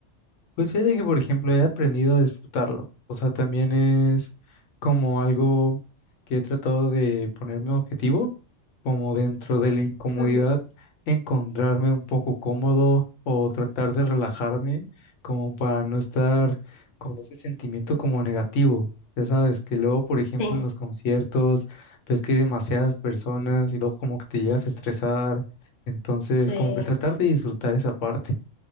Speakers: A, on the left (about 80°); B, on the left (about 60°).
A: Pues fíjate que, por ejemplo, he aprendido a disfrutarlo. O sea, también es como algo que he tratado de ponerme objetivo, como dentro de la incomodidad,
B: Ujú.
A: encontrarme un poco cómodo o tratar de relajarme, como para no estar con ese sentimiento como negativo. Ya sabes, que luego, por ejemplo,
B: Sí,
A: en los conciertos, ves que hay demasiadas personas y luego como que te llegas a estresar. Entonces,
B: sí,
A: como que tratar de disfrutar esa parte.